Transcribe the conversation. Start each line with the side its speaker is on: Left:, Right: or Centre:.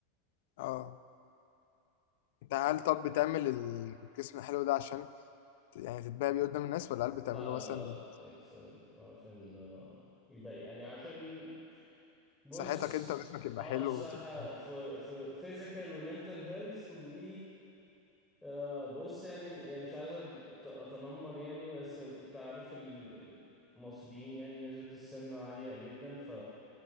Left: اه انت هل طب بتعمل ال- الجسم الحلو ده عشان ت- يعني تتباهى بيه قدام الناس ولا هل بتعمله
Centre: لا لا
Left: مثلا
Centre: لا
Left: دي
Centre: لا فاكس أوي. عشان آه، يبقى يعني عشان بص
Left: صحتك انت وجسمك يبقى
Centre: اه
Left: حلو
Centre: الصحة
Left: وتبقى
Centre: في في physical ومنتل هيلث و آه، بص يعني يعني مش عايز أت- اتنمر يعني بس انت عارف ال- المصريين يعني نسبة السمنة عالية جدا ف